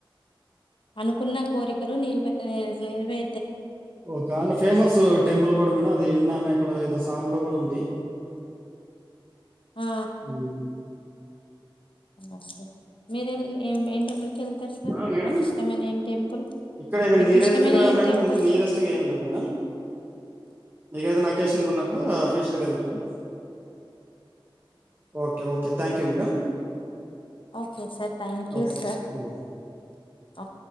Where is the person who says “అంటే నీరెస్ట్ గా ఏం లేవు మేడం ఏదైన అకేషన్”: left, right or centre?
Right